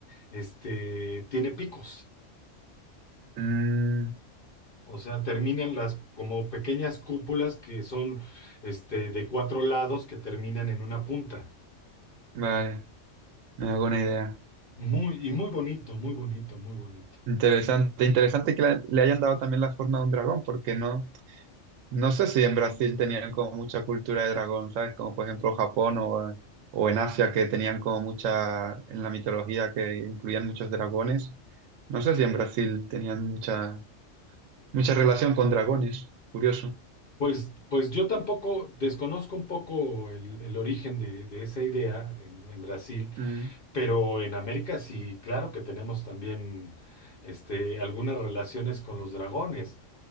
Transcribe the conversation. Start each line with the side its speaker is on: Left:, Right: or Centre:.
Left: este, tiene picos.
Right: Mm,
Left: O sea, terminan las como pequeñas cúpulas que son este, de cuatro lados que terminan en una punta.
Right: vale, me hago una idea.
Left: Muy, y muy bonito, muy bonito, muy bonito.
Right: Interesante, interesante que le, le hayan dado también la forma de un dragón, porque no, No sé si en Brasil tenían como mucha cultura de dragón, ¿sabes? Como por ejemplo Japón o, o en Asia que tenían como mucha, en la mitología que incluían muchos dragones. No sé si en Brasil tenían mucha, mucha relación con dragones, curioso.
Left: Pues, pues yo tampoco desconozco un poco el, el origen de, de esa idea en, en Brasil,
Right: Mm.
Left: pero en América sí, claro que tenemos también este, algunas relaciones con los dragones.